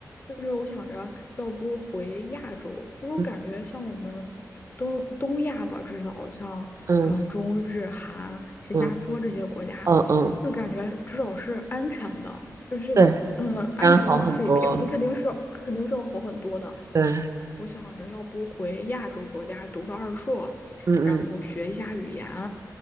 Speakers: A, on the left; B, on the right.
A: 就是我想着，要不回亚洲，就是我感觉像我们东东亚吧，
B: 嗯
A: 至少像呃中日韩、
B: 嗯
A: 新加坡这些国家，
B: 嗯嗯，嗯，
A: 就感觉至少是安全的，就是这个呃安全水平肯定是要肯定是要好很多的。
B: 对，当然样好很多，对，
A: 我想着，要不回亚洲国家读个二硕。
B: 嗯嗯
A: 然后学一下语言，